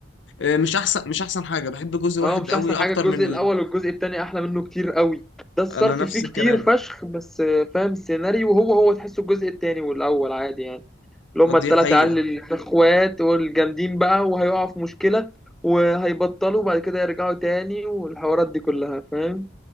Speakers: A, on the left; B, in the centre.
A: إيه، مش احسن مش احسن حاجه بحب جزء واحد
B: اه مش
A: قوي
B: احسن
A: اكتر
B: حاجه الجزء
A: من
B: الاول
A: ال...
B: والجزء التاني احلى منه كتير قوي ده الصرف
A: انا نفس
B: فيه
A: الكلام
B: كتير فشخ بس آه، فاهم السيناريو هو هو تحسه الجزء التاني والاول عادي يعني اللي هما التلات
A: دي حقيقه
B: عيال الاخوات والجامدين بقى وهيقعوا في مشكله وهيبطلوا وبعد كده يرجعوا تاني والحوارات دي كلها فاهم